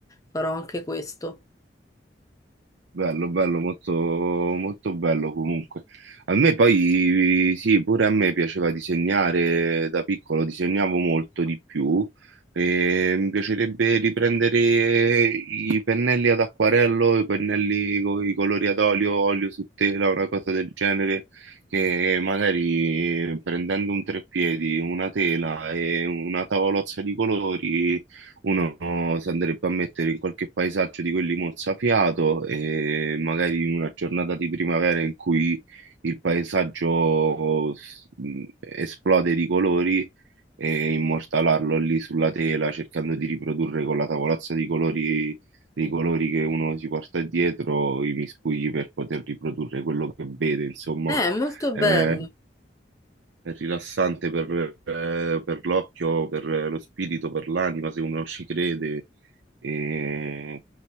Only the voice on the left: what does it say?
farò anche questo.
Eh, molto
bello.